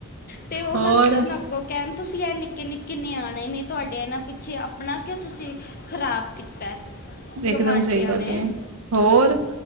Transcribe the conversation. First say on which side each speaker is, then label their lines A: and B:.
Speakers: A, on the left (about 40°); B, on the right (about 75°).
A: ਤੇ ਉਹ
B: ਹੋਰ
A: ਹੱਸਣ ਅੱਗੋ ਕਹਿਣ ਤੁਸੀਂ ਇਹ ਨਿੱਕੇ ਨਿੱਕੇ ਨਿਆਣੇ ਨੇ ਤੁਹਾਡੇ ਇਹਨਾਂ ਪਿੱਛੇ ਆਪਣਾ ਕਿਉਂ ਤੁਸੀਂ ਖ਼ਰਾਬ ਕੀਤਾ।
B: ਇਕਦਮ
A: ਗਵਾਂਢੀਆਂ
B: ਸਹੀ ਗੱਲ
A: ਨੇ
B: ਐ। ਹੋਰ